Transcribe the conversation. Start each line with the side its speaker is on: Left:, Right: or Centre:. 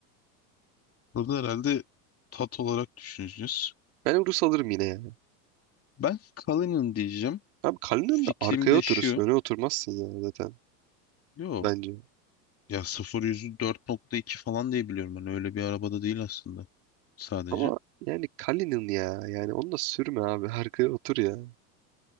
Left: Burada herhalde tat olarak düşüneceğiz.
Right: Ben Urus alırım yine ya.
Left: Ben Cullinan diyeceğim.
Right: Abi Kalinin
Left: Fikrim
Right: de arkaya
Left: de
Right: oturursun.
Left: şu.
Right: Öne oturmazsın ya zaten
Left: Yo.
Right: bence.
Left: Ya 0 yüzü 4.2 falan diye biliyorum ben. Öyle bir arabada değil aslında. Sadece.
Right: Ama yani Kalinin ya. Yani onu da sürme abi. <laughs> Arkaya otur ya.